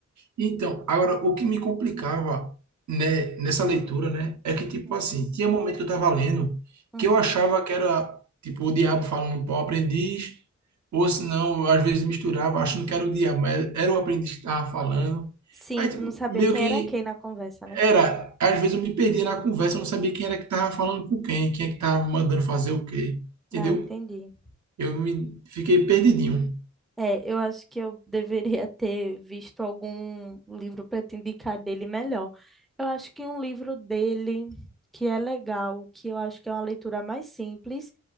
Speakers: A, on the right; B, in the centre.
A: então, agora o que me complicava, né, nessa leitura, né, é que tipo
B: Hum.
A: assim, tinha momento que eu tava lendo
B: Hum.
A: que eu achava que era tipo o diabo falando para o aprendiz, ou se não, eu, às vezes misturava achando que era o diabo, mas era o aprendiz que estava falando.
B: Sim,
A: Aí
B: tu
A: tipo,
B: não sabia
A: meio
B: quem
A: que
B: era quem na conversa, né?
A: Era, às vezes eu me perdia na conversa, eu não sabia quem era que tava falando com quem, quem é que tava mandando fazer o quê, entendeu?
B: Ah, entendi.
A: Eu me fiquei perdidinho.
B: É, eu acho que eu deveria ter visto algum livro para te indicar dele melhor. Eu acho que um livro dele que é legal, que eu acho que é uma leitura mais simples,